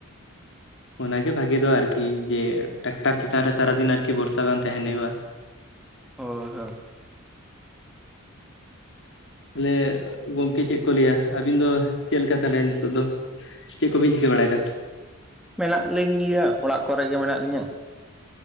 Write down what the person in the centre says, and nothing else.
ᱦᱳᱭ ᱦᱳᱭ ᱾
ᱢᱮᱱᱟᱜ ᱞᱤᱧ ᱜᱮᱭᱟ ᱚᱲᱟᱜ ᱠᱚᱨᱮ ᱜᱮ ᱢᱮᱱᱟᱜ ᱞᱤᱧᱟ ᱾